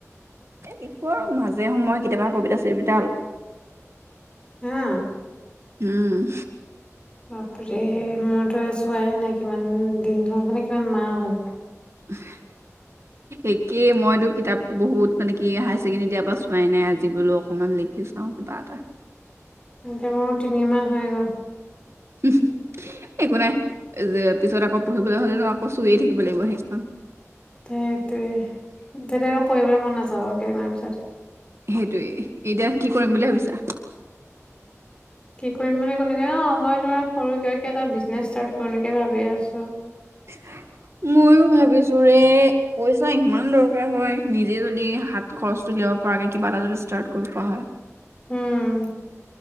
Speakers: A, on the right; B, on the left.
A: এ লিখোঁ আৰু মাজে সময়ে কেতিয়াবা কবিতা চবি-
B: হা
A: উম
B: বাপৰে মইতো চোৱাই নাই কিমান দিন হল মানে কিমান মাহ হ'ল।
A: <unintelligible> একেই মইতো কিতাপ বহুত মানে কি হায়াৰ ছেকেণ্ডেৰী দিয়াৰ পৰা চোৱাই নাই আজি বুলো অকমান লিখি লিখি চাও কিবা এটা
B: এতিয়া মোৰ তিনি মাহ হৈ গ'ল
A: <unintelligible> একো নাই যে পিছত আকৌ পঢ়িবলৈ হলে নো আকৌ চুইয়ে থাকিব লাগিব সেইখন
B: সেইটোৱে তেতিয়া আকৌ পঢ়িবলৈ মন নাযাব আৰু কেইদিনমান পিছত
A: সেইটোয়ে এতিয়া কি কৰিম বুলি ভাবিছা
B: কি কৰিম মানে কোনকে অ মই তোমাৰ সৰু এটা বিজনেছ ষ্টাৰ্ট কৰি নেকি ভাবি আছো
A: <unintelligible> ময়ো ভাবিছো ৰে পইচা ইমান দৰকাৰ হয় নিজে যদি হাত খৰচ তো উলিয়াব পৰাকৈ কিবা এটা যদি ষ্টাৰ্ট কৰিব পৰা হয়
B: উম